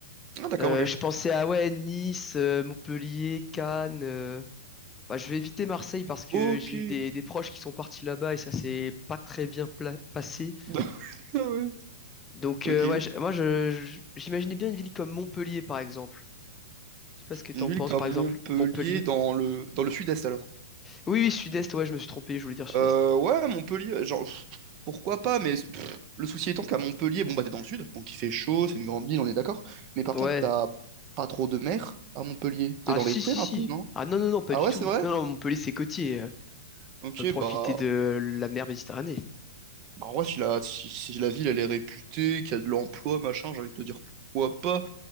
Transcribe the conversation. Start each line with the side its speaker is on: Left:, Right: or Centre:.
Right: Ah d'accord,
Left: Euh,
Right: ok.
Left: je pensais à, ouais, Nice, euh, Montpellier, Cannes... euh, Bah, je vais éviter Marseille parce que
Right: Ok.
Left: j'ai eu des, des proches qui sont partis là-bas et ça s'est pas très bien pla- passé.
Right: <laughs> Ah ouais.
Left: Donc
Right: Ok.
Left: euh, ouais, je- moi je, je- j'imaginais bien une ville comme Montpellier par exemple. Je sais pas ce que t'en
Right: Une
Left: penses
Right: ville comme
Left: par
Right: Montpellier
Left: exemple. Montpellier.
Right: dans le dans le sud-est alors.
Left: Oui, oui, Sud-Est, ouais, je me suis trompé, je voulais dire Sud-Est.
Right: Euh, ouais, Montpellier, genre, pff, pourquoi pas, mais pff, le souci étant qu'à Montpellier, bon, bah, t'es dans le sud, donc il fait chaud, c'est une grande ville, on est d'accord. Mais par
Left: Ouais.
Right: contre, t'as pas trop de mer à Montpellier. T'es
Left: Ah
Right: dans
Left: si,
Right: les terres
Left: si, si.
Right: un peu, non?
Left: Ah non, non, non, pas
Right: Ah
Left: du
Right: ouais,
Left: tout.
Right: c'est vrai?
Left: Non, non, Montpellier c'est côtier. euh.
Right: Ok,
Left: On peut profiter
Right: bah,
Left: de la mer Méditerranée.
Right: bah, en vrai, si la, si, si la ville, elle est réputée, qu'il y a de l'emploi, machin, j'ai envie de te dire pourquoi pas.